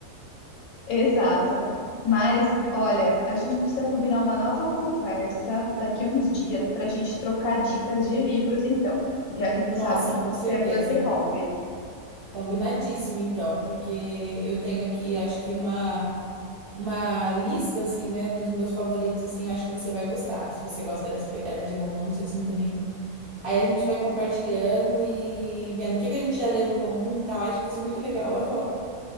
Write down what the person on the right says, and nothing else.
<laughs>
Nossa,
com
certeza.
Combinadíssimo, então, porque eu tenho aqui, acho que uma uma lista, assim, né, dos meus favoritos, assim, eu acho que você vai gostar. Se você gosta dessa pegada de romance, assim, também. Aí a gente vai compartilhando e vendo o que que a gente já leu em comum e tal. Acho que vai ser muito legal, eu adoro.